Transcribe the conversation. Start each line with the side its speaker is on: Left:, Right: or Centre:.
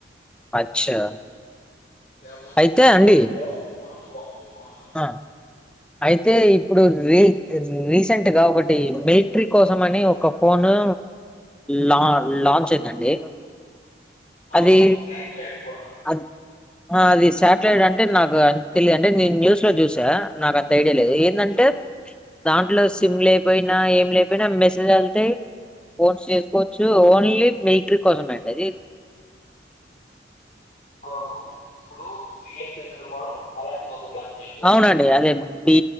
Centre: అచ్చా
Left: ఎవరి దగ్గర
Centre: అయితే అండి.
Left: ఫోన్స్ లేవు, మనకు ఫోన్లు పోవు.
Centre: ఆ అయితే ఇప్పుడు రీ రీసెంట్ గా ఒకటి మిలిట్రీ కోసం అని ఒక ఫోను లా లాంచ్ అయిందండి.
Left: అవును
Centre: అది
Left: శాటిలైట్ ఫోనా
Centre: అ ఆ అది సాటిలైట్ అంటే నాకు తెలియదండి నేను న్యూ స్లో చూసా నాకు అంత ఐడియా లేదు ఏందంటే దాంట్లో సిమ్ లేకపోయినా ఏం లేకపోయినా మెసేజ్ ఎళ్తయి ఫోన్స్ చేసుకోవచ్చు ఓన్లీ మిలిట్రీ కోసమే అండి అది.
Left: అవును ఇప్పుడు బిఎస్ఎన్ఎల్ వాడు అలాంటిది ఒకటి లాంచ్ చేశాడు
Centre: అవునండి అదే బి